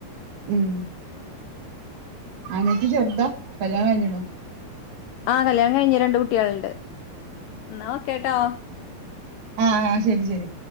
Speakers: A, on the right; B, on the left.
A: ഉം അനിയത്തി ചെറുതാ കല്യാണം കഴിഞ്ഞ്ണോ?
B: ആഹ് കല്യാണം കഴിഞ് രണ്ട് കുട്ടികളുണ്ട് ന്നാ ഓക്കെട്ടോ.
A: ആഹ് ആ ശരി ശരി.